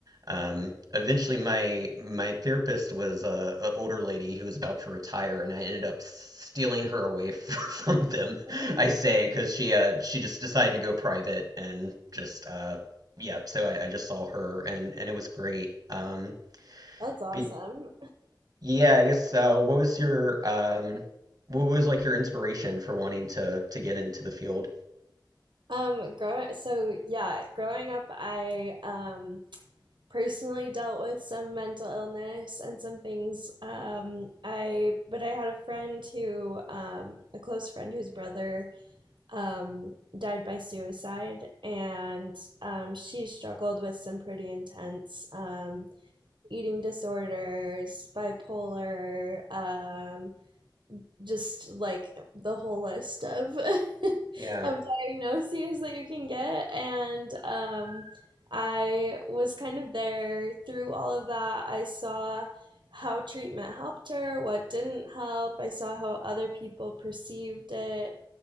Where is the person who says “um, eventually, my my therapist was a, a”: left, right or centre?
Right